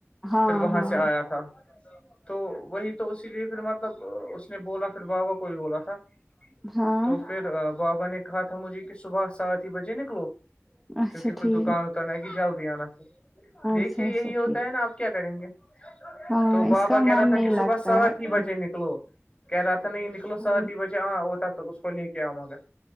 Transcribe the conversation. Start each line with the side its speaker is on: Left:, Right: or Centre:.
Centre: ہاں
Left: پھر وہاں
Centre: ہاں
Left: سے آیا تھا تو وہی تو اسی لیے پھر مطلب اس نے بولا پھر بابا کو بھی بولا تھا
Centre: ہاں
Left: تو پھر بابا نے کہا تھا مجھے کہ صبح سات ہی بجے نکلو
Centre: اچھا
Left: کیونکہ پھر
Centre: ٹھیک
Left: دکان اتنا ہے کہ جلدی آنا پھر
Centre: اچھا
Left: دیکھیے یہی
Centre: اچھا
Left: ہوتا
Centre: ٹھیک
Left: ہے نا آپ کیا کریں گے
Centre: ہاں
Left: تو بابا
Centre: اس کا
Left: کہہ
Centre: من
Left: رہا تھا
Centre: نہیں
Left: کہ صبح
Centre: لگتا
Left: سات
Centre: ہے
Left: ہی
Centre: کہیں
Left: بجے نکلو کہہ رہا تھا نہیں نکلو
Centre: ہ
Left: سات ہی بجے ہاں ہوتا تو اس کو لے کے آؤ مگر